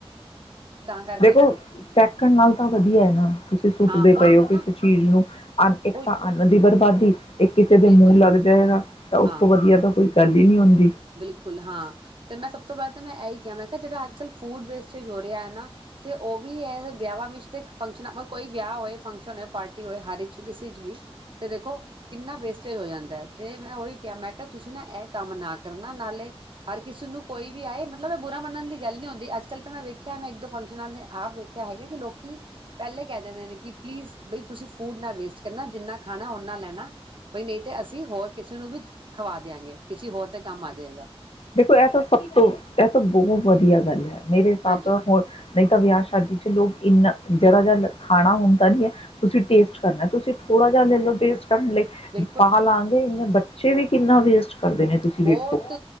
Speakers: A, on the right (about 55°); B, on the left (about 70°).
A: ਕਰਕੇ
B: ਦੇਖੋ ਫੈਕਣ ਨਾਲ ਤਾਂ ਵਧੀਆ ਏ। ਨਾ ਤੁਸੀਂ ਸੁੱਟਦੇ
A: ਹਾਂ ਉਹੀ
B: ਪਏ ਹੋ
A: ਮੈਂ
B: ਕਿਸੇ
A: ਨਾ
B: ਚੀਜ਼ ਨੂੰ ਅੰਨ ਇੱਕ
A: ਉਹੀ
B: ਤਾਂ ਅੰਨ ਦੀ ਬਰਬਦ ਠੀਕ। ਇੱਕ ਕਿਸੇ ਦੇ
A: ਬਿਲਕੁਲ
B: ਮੂੰਹ ਲੱਗ ਜਾਏਗਾ ਤਾਂ ਉਸ
A: ਹਾਂ
B: ਤੋਂ ਵਧੀਆ ਤਾਂ ਕੋਈ ਗੱਲ ਹੀ ਨੀ ਹੁੰਦੀ
A: ਬਿਲਕੁਲ ਹਾਂ ਤੇ ਮੈਂ ਸਭ ਤੋਂ ਬਾਅਦ ਮੈਂ ਇਹੀ ਕਿਹਾ ਮੈਂ ਕਿਹਾ ਜਿਹੜਾ ਅੱਜ ਕੱਲ ਫੂਡ ਵੇਸਟੇਜ ਹੋ ਰਿਹਾ ਹੈ। ਨਾ ਤੇ ਉਹ ਵੀ ਇਹ ਵਿਆਹਾਂ ਵਿੱਚ ਤੇ ਫੰਕਸ਼ਨਾਂ ਕੋਈ ਵਿਆਹ ਹੋਵੇ ਫੰਕਸ਼ਨ ਹੋਏ ਪਾਰਟੀ ਹੋਏ ਹਰ ਚ ਕਿਸੇ ਚ ਵੀ ਤੇ ਦੇਖੋ ਕਿੰਨਾ ਵੇਸਟੇਜ ਹੋ ਜਾਂਦਾ ਹੈ। ਤੇ ਮੈਂ ਉਹੀ ਕਿਹਾ ਮੈਂ ਕਿਹਾ ਤੁਸੀਂ ਨਾ ਇਹ ਕੰਮ ਨਾ ਕਰ ਕਰਨਾ ਨਾਲੇ ਹਰ ਕਿਸੇ ਨੂੰ ਕੋਈ ਵੀ ਆਏ ਮਤਲਬ ਮੈਂ ਬੁਰਾ ਮੰਨਣ ਦੀ ਗੱਲ ਨੀ ਹੁੰਦੀ। ਅੱਜ ਕੱਲ ਤਾਂ ਮੈਂ ਵੇਖਿਆ ਮੈ ਇੱਕ-ਦੋ ਫੰਕਸ਼ਨਾਂ ਦੇ ਆਪ ਵੇਖਿਆ ਹੈਗਾ ਕਿ ਲੋਕੀ ਪਹਿਲੇ ਕਹਿ ਦਿੰਦੇ ਨੇ ਕਿ ਪਲੀਜ਼ ਬਈ ਤੁਸੀਂ ਫੂਡ ਨਾ ਵੇਸਟ ਕਰਨਾ ਜਿੰਨਾ ਖਾਣਾ ਓਨਾ ਲੈਣਾ ਬਈ ਨਹੀਂ ਤੇ ਅਸੀਂ ਹੋਰ ਕਿਸੇ ਨੂੰ ਵੀ ਖਵਾ ਦਿਆਂਗੇ ਕਿਸੇ ਹੋਰ ਤ ਕੰਮ ਆ ਜਾਏਗਾ।
B: ਦੇਖੋ ਇਹ ਤਾਂ ਸਭ ਤੋਂ ਇਹ ਤਾਂ ਬਹੁਤ ਵਧੀਆ ਗੱਲ ਹੈ। ਮੇਰੇ ਹਿਸਾਬ
A: ਹਾਂਜੀ
B: ਨਾਲ ਹੋ ਨਹੀਂ ਤਾਂ ਵਿਆਹ ਸ਼ਾਦੀ ਚ ਲੋਕ ਇੰਨਾ ਜਿਹੜਾ ਜਿਹਾ ਖਾਣਾ ਹੁੰਣ ਤਾਂ ਨੀ ਹੈ। ਤੁਸੀਂ ਟੇਸਟ ਕਰਨਾ ਤੁਸੀਂ ਥੋੜਾ ਜਿਹਾ ਲੈ ਲਓ ਟੇਸਟ <inaudible>
A: ਬਿਲਕੁਲ
B: ਪਾਲਾਂਗੇ ਬੱਚ ਫਿਰ ਵੀ ਕਿੰਨਾ ਵੇਸਟ ਕਰਦੇ ਨੇ ਤੁਸੀਂ
A: ਬਹੁਤ
B: ਵੇਖੋ